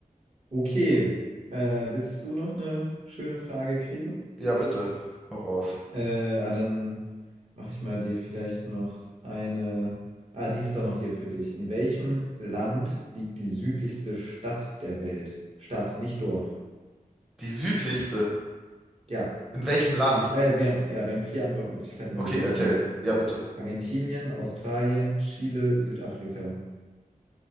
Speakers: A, on the right; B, in the centre.
A: Okay. Äh, willst du noch eine schöne Frage kriegen?
B: Ja, bitte. Hau raus.
A: Äh, ah, dann mache ich mal dir vielleicht noch eine. Ah, die ist doch noch hier für dich. In welchem Land liegt die südlichste Stadt der Welt? Stadt, nicht Dorf.
B: Die südlichste.
A: Ja.
B: In welchem Land?
A: Äh, wir, ja, wir haben vier Antwortmöglichkeiten,
B: Okay,
A: wenn du die
B: erzähl.
A: hören willst.
B: Ja, bitte.
A: Argentinien, Australien, Chile, Südafrika.